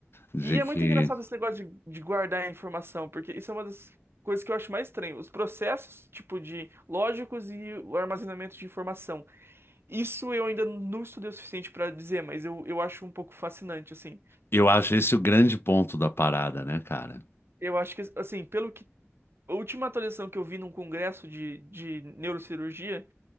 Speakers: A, on the left; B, on the right.
A: de
B: E é
A: que.
B: muito engraçado esse negócio de, de guardar a informação, porque isso é uma das coisas que eu acho mais estranho. Os processos, tipo, de lógicos e o armazenamento de informação. Isso eu ainda não estudei o suficiente para dizer, mas eu, eu acho um pouco fascinante, assim.
A: Eu acho esse o grande ponto da parada, né, cara?
B: Eu acho que, assim, pelo que. A última atualização que eu vi num congresso de, de neurocirurgia